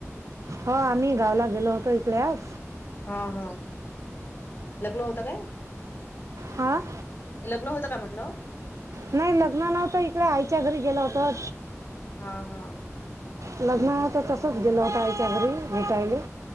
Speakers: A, on the right (about 75°); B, on the left (about 40°).
A: हो आम्ही गावला होतो इकडे आज.
B: हा हा लग्न होता काय?
A: हां
B: लग्न होतं का म्हटलं?
A: नाही लग्न नव्हतं इकडे आईच्या घरी गेलो होतो.
B: हा हा.
A: लग्न नव्हतं तसंच गेलो होता आईच्या घरी भेटायले.